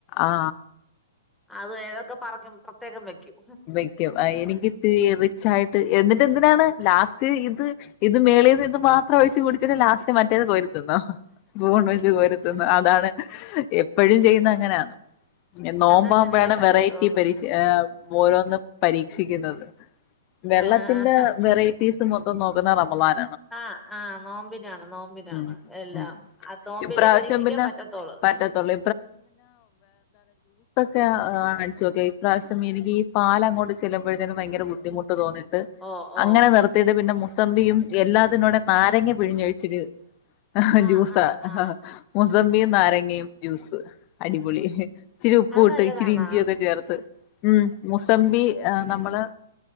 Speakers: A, on the left; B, in the centre.
A: ആ
B: അത് ഏതൊക്കെ പറക്കും പാർ പ്രേത്യേകം വെയ്ക്കും
A: വക്കും എനിക്ക് ഇത്തിരി റിച്ച് ആയിട്ട് എന്നിട്ട് എന്തിനാണ് ലാസ്റ്റ് ഇത് ഇത് മേളിന്ന് ഇത് മാത്രം ഒഴിച്ചു കുടിചിട്ട് ലാസ്റ്റ് മറ്റെ കോരീത്തിനോ സ്പൂൺ വെച്ച് കോരീ തിന്നോ അതാണ് എപ്പോഴും ചെയ്യുന്നത് അങ്ങനാ നോമ്പാമ്പഴാണ്
B: അതങ്ങനെ പറ്റത്തുള്ളൂ
A: വെറൈറ്റി പാരിഷ് ഓരോന്നും പരീക്ഷിക്കുന്നത് വെള്ളത്തിന്റെ
B: ആഹ്
A: വെറൈറ്റീസ്. മൊത്തം നോൽക്കുന്നെ റമളാൻ
B: ആ ആ നോമ്പിനാണ് നോമ്പിനാണ്
A: ഉം
B: എല്ലാം
A: ഉം
B: അത് നോമ്പിലേ
A: ഇപ്രാവശ്യം
B: പരീക്ഷിക്കാൻ
A: പിന്നെ
B: പറ്റത്തോുള്ളൂ
A: പറ്റത്തുള്ളൂ കാണിച്ചുക്കെ ഇഈ പ്രാവശ്യം എനിക്ക് ഈ പാല അങ്ങോട്ട് ചെല്ലുമ്പഴേതെക്കും ഭയങ്കര ബുദ്ധിമുട്ട് തോന്നി
B: ഓ
A: അങ്ങനെ
B: ഓ
A: നിർത്തിയിട്ട് പിന്നെ- സമ്പിയും എല്ലാത്തിന്റെകൂടെ നാരങ്ങ പിഴിഞ്ഞഴിഞാ - ആഹാ
B: ആഹ്
A: ജ്യൂസോ
B: ആഹ് ആഹ്
A: ഹ ഹാ മുസമ്പിയും നാരങ്ങയും ജ്യൂസ് അടിപൊളി ഇച്ചിരി ഉപ്പും
B: അത്
A: ഇട്ട്
B: നല്ലതാണാ
A: ഇച്ചിരി ഇഞ്ചിയൊക്കെ ചേർത്ത് ഉം മുസമ്പി നമ്മള്